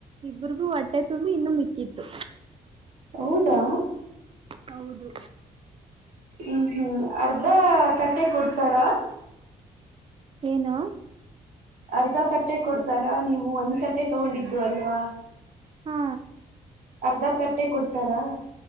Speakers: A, on the right (about 35°); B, on the right (about 65°).
A: ಇಬ್ರಗೂ ಹೊಟ್ಟೆ ತುಂಬಿ ಇನ್ನು ಮಿಕ್ಕಿತ್ತು
B: ಹೌದಾ
A: ಹೌದು
B: ಹ್ಮ್ ಹ್ಮ್ ಅರ್ಧ ತಟ್ಟೆ ಕೊಡ್ತಾರ
A: ಏನು
B: ಅರ್ಧ ತಟ್ಟೆ ಕೊಡ್ತಾರಾ ನೀವು ಒಂದ್ ತಟ್ಟೆ ತಗೊಂಡಿದ್ದು ಅಲ್ವಾ
A: ಹಾ
B: ಅರ್ಧ ತಟ್ಟೆ ಕೊಡ್ತಾರಾ